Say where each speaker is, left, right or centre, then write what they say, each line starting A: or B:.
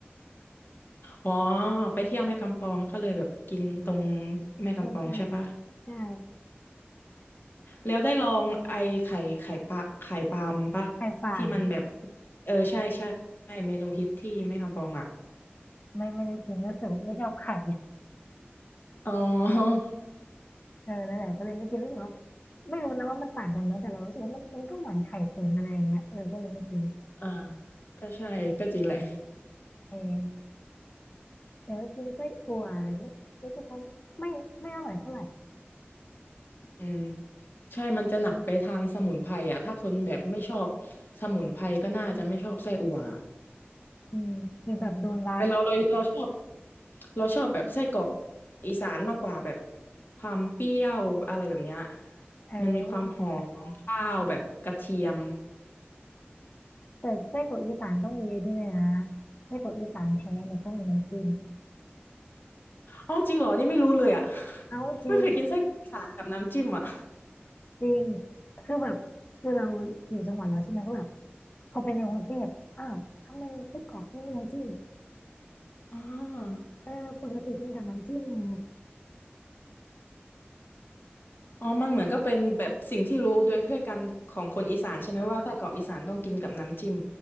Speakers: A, on the left; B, on the left.
A: อ๋อไปเที่ยวแม่กำปองก็เลยแบบกินตรงแม่กำปองใช่ปะ
B: ใช่ใช่ใช่
A: แล้วได้ลองไอไข่ไข่ปลาไข่ปลามปะที่มันแบบ
B: ไข่ฟาม
A: เออใช่ใช่ใช่เมนูฮิตที่แม่กำปองอ่ะ
B: ไม่ไม่ได้กินรู้สึกว่าไม่ชอบไข่
A: อ๋อ
B: เออนั่นแหละก็เลยไม่กินรู้สึกว่าไม่รู้นะว่ามันต่างกันไหมแต่เรารู้สึกว่ามันมันก็เหมือนไข่ตุ๋นอะไรอย่างเงี้ยเออก็เลยไม่กิน
A: <laughs> อ่าก็ใช่ก็จริงแหละ
B: เออแต่ว่ากินไส้อั่วอะไรเงี้ยรู้สึกว่าไม่ไม่อร่อยเท่าไหร่
A: <laughs> อืม ใช่มันจะหนักไปทางสมุนไพรอ่ะถ้าคนแบบไม่ชอบสมุนไพรก็น่าจะไม่ชอบไส้อั่วอะ
B: อืมหรือแบบโดนร้าน
A: แต่เราเราเราชอบเราชอบแบบไส้กรอกอีสานมากกว่าแบบความเปรี้ยวอะไรแบบเนี้ย
B: เออ
A: มันมีความหอมของข้าวแบบกระเทียม
B: แต่ไส้กรอกอีสานต้องมีไอ้นี่เลยนะไส้กรอกอีสานแท้เนี่ยต้องมีน้ำจิ้ม
A: อ๋อจริงเหรอ นี่ไม่รู้เลยอ่ะ <laughs>
B: เอาจริง
A: ไม่เคยกินไส้กรอกอีสานกับน้ำจิ้มอ่ะ
B: จริงคือแบบคือเราอยู่จังหวัดเราใช่ไหมก็แบบพอไปในกรุงเทพอ้าวทำไมไส้กรอกไม่มีน้ำจิ้ม
A: <laughs> อ๋อ
B: เออปกติกินกับน้ำจิ้มไง
A: อ๋อมันเหมือนก็เป็นแบบสิ่งที่รู้โดยทั่วกันของคนอีสานใช่ไหมว่าไส้กรอกอีสานต้องกินกับน้ำจิ้ม